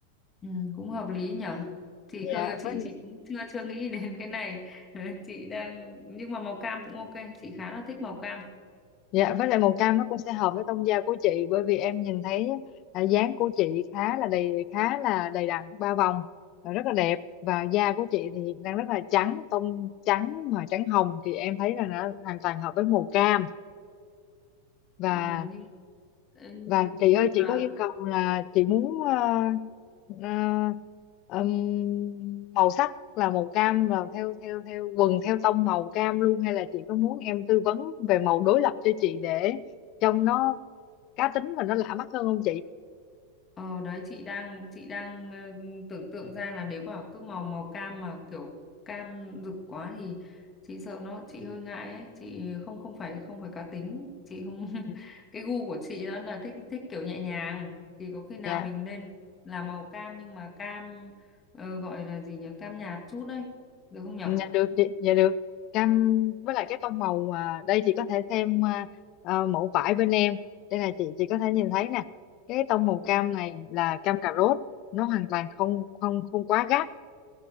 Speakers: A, on the left; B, on the left.
A: ừ, cũng hợp lý nhở chị
B: Dạ,
A: khơ chị
B: với
A: chị cũng chưa chưa nghĩ <laughs> đến cái này <laughs> chị đang nhưng mà màu cam cũng ok chị khá là thích màu cam
B: Dạ, với lại màu cam nó cũng sẽ hợp với tông da của chị bởi vì em nhìn thấy à, dáng của chị khá là đầy khá là đầy đặn ba vòng và rất là đẹp và da của chị thì đang rất là trắng tông trắng mà trắng hồng thì em thấy là nó hoàn toàn hợp với màu cam và
A: Ờ, nhưng ừ,
B: và chị ơi
A: nhưng
B: chị
A: mà
B: có yêu cầu là chị muốn ờ, ờ, ừm, màu sắc là màu cam là theo theo theo quần theo tông màu cam luôn hay là chị có muốn em tư vấn về màu đối lập cho chị để trông nó cá tính và nó lạ mắt hơn không chị?
A: Ờ đấy chị đang chị đang ờ, tưởng tượng ra là nếu mà cứ màu màu cam mà kiểu cam rực quá thì chị sợ nó chị hơi ngại ấy chị không không phải không phải cá tính chị không <laughs>
B: Ừ,
A: cái gu của chị nó là thích thích kiểu nhẹ nhàng thì có khi nào
B: Dạ
A: mình nên là màu cam nhưng mà cam ờ, gọi là gì nhỉ cam nhạt chút đấy được không nhở
B: Dạ được chị, dạ được. Cam với lại cái tông màu à, đây chị có thể thêm à, à, mẫu vải bên em. Đây là chị chị có thể nhìn thấy nè. Cái tông màu
A: Ờ,
B: cam này là cam cà rốt, nó hoàn toàn không không không quá gắt